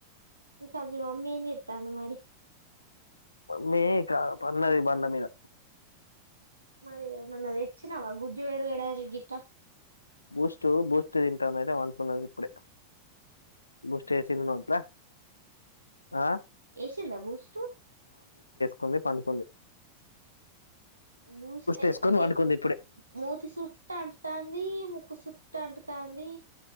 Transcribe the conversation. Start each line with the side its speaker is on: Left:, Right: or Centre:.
Right: ఇకాపి మమ్మేంమీ చేతంది మరి
Left: మీ క పన్నది బండ మీద
Right: మరి మనది ఇచ్చినావా గుజ్ వేరుగడ అరి గీత
Left: బూస్ట్ బూస్ట్ తింటామ అయితే అనుకున్నది ఇప్పుడే బూస్ట్ యేసింది నోట్ల ఆ
Right: ఎసంద బూస్టు
Left: కొంది పండుకుంది
Right: బూస్ట్ అయి
Left: వేసుకొని పండుకుంది ఇప్పుడే
Right: మూతి సుట్ అంటూ తాంది ము ఉక్కు చుటు అంటుతంది